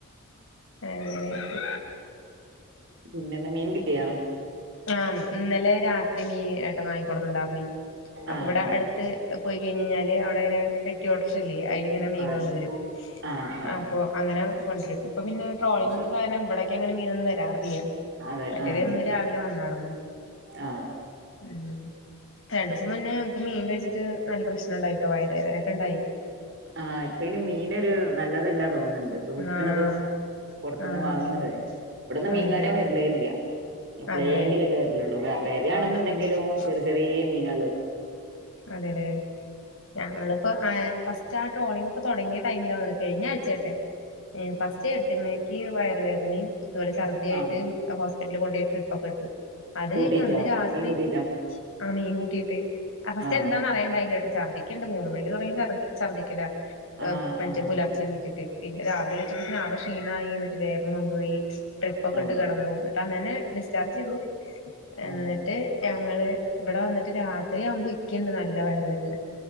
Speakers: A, on the left; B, on the right.
A: എങ്ങനെ ഇത്
B: പിന്നെന്താ മീൻ കിട്ടിയാ?
A: ആ ഇന്നലെ രാത്രി ഈ ഏട്ട വാങ്ങിക്കൊടന്നണ്ടായിർന്നു അപ്പൊ
B: ആഹ്
A: ഇവിടെ
B: ആഹ്
A: അടുത്ത് പോയി കഴിഞ്ഞ കഴിഞ്ഞാല് അവിടെ ഇങ്ങനെ പെട്ടിടർച്ചല്ലേ അതിലങ്ങനെ മീൻ
B: അതെ
A: കൊണ്ടുവരും
B: ആഹ് ആഹ്
A: അപ്പൊ അങ്ങനെ കൊണ്ടുരും ഇപ്പൊ പിന്നെ ട്രോളിംഗ
B: അത് ശരി
A: കാരണം ഇവിടൊക്കെ അങ്ങനെ മീനൊന്നും വരാറില്ല
B: അതെ
A: മറ്റേതെ
B: ആഹ്
A: രാവിലെ വന്നടന്നു.
B: ആഹ്
A: ഉം രണ്ടു ദിസം മുന്നേ ഞക്ക് മീൻ കഴിച്ചിട്ട് നല്ല പ്രശ്നംണ്ടായിട്ടോ വയറ വേദനൊക്കെണ്ടായി.
B: ആഹ് ഇപ്പനി മീനൊരു നല്ലതല്ലാ തോന്നണ്ട്. ഇപ്പ വിക്കണതും
A: ആഹ്
B: പുറത്തുന്ന്
A: ആഹ്
B: വാങ്ങണതേ ഇവിടന്ന് മീൻകാരൻ
A: അതെ
B: വരലേ ഇല്ല. ഇപ്പോളെങ്കിലൊക്കെ
A: അതെ
B: വരില്ലുള്ളൂ വരണെന്നുണ്ടെങ്കിലും
A: ആഹ്
B: ചെറിയ ചെറിയ മീനള്
A: അതെതെ ഞങ്ങള് ഇപ്പ ഫസ്റ്റ് ആ ട്രോളിംഗ് ഇപോ തുടങ്ങിയ ടൈമിലാന്ന കഴിഞ്ഞ ആഴ്ചേറ്റ ഫസ്റ്റ് എടുത്തമ്മക്ക് വയറുവേദനയും അതുപോലെ ഛർദിയായിട്ട്
B: ആഹ്
A: ഹോസ്പിറ്റലിൽ കൊണ്ടുപോയി ട്രിപ്പ ഒക്കെ ഇട്ടു അത്
B: കൂട്ടീറ്റാ
A: കഴിഞ്ഞഞ് അന്ന് രാത്രി
B: മീൻ കൂട്ടീറ്റാ
A: ആ മീൻ കൂട്ടിയിട്ട് ആ ഫസ്റ്റ്
B: ആഹ്
A: എന്താന്ന് അറിയണ്ടായിട്ടോ ഛർദിക്കണ്ട് മൂന്ന് മണിക്ക് തുടങ്ങി ചർ ഛർദിക്കല
B: ആഹ്
A: മറ്റേ
B: ആഹ്
A: പുലർച്ചെണീറ്റിട്ട് പിന്നെ രാവിലെണിച്ച ആകേ ക്ഷീണയി എന്നിട്ട് വേഗം കൊണ്ട് പോയി ട്രിപ്പ് ഒക്കെ
B: അതെ
A: ഇട്ട് കിടന്ന ന്നിട്ട് അന്നനെ ഡിസ്ചാർജ് ചെയ്തു എന്നിട്ട്
B: ആഹ്
A: ഞങ്ങള് ഇവിടെ വന്നിട്ട് രാത്രിയാവുമ്പോ ക്കണ്ട് നല്ല വയർ വേദന